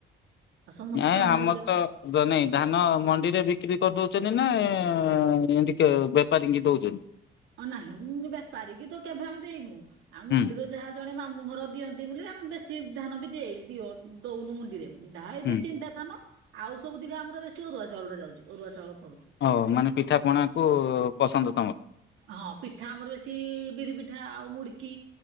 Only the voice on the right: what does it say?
ଆଉ ସମସ୍ତେ
ଧାନ
ରୋଉଛନ୍ତି
ହଁ ନହିଁ ମୁଁ ବେପାରୀ କି ତ କେବେ ଆମେ ଦେଇନୁ ଆଉ ମଣ୍ଡିର
ଯାହା ଜଣେ ମୁହଁର ଦିଅନ୍ତି ବୋଲି ଆମେ ବେଶୀ ଧ୍ୟାନ ବି ଦେଇ ଦିଅ ଦଉନୁ ମୁଣ୍ଡିରେ ଏଇ
ଦି ତିନିଟା ଧାନ ଆଉ ସବୁ ଦିିକ ଆମର ବେଶ ଅରୁଆ ଚାଉଳ ରେ ଯାଉଛି ଅରୁଆ ଚାଉଳକୁ ହଁ।
ହଁ ପିଠା ଆମର ବେଶି ବିରି ପିଠା ଆଉ ମୁଡିକି